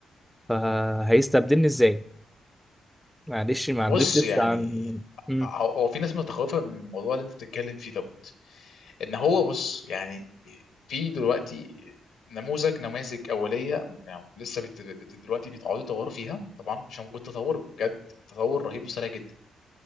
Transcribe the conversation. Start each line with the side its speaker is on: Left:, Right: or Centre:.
Centre: فهيستبدلني ازاي معلش ما عندوش
Left: بص
Centre: لسه
Left: يعني
Centre: عن مم.
Left: هو هو في ناس متخوفه من الموضوع اللي انت بتتكلم فيه دوت ان هو بص يعني في دلوقتي نموذج نماذج اوليه يعني لسه بت... بت... دلوقتي بيتعودوا يطوروا فيها طبعا عشان وجود تطور بجد تطور رهيب وسريع جدا